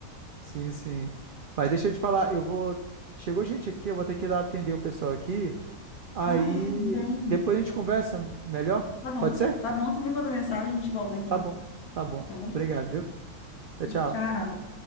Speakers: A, on the right; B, on the left.
A: Sim, sim. Mas deixa eu te falar, eu vou. Chegou gente aqui, eu vou ter que ir lá atender o pessoal aqui. Aí
B: Ah, não, tudo bem.
A: depois a gente conversa melhor.
B: Tá bom,
A: Pode ser?
B: tá bom, você me manda mensagem, a gente volta aqui.
A: Tá bom. Tá bom.
B: Tá bom?
A: Obrigado, viu? Tchau,
B: Tchau.
A: tchau.